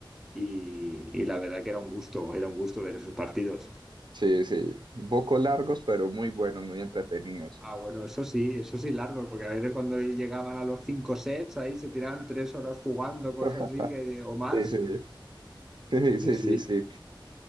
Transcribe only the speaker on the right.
sí, sí, sí. Un poco largos, pero muy buenos, muy entretenidos.
<laughs>
Sí, sí, sí, sí,
sí, sí.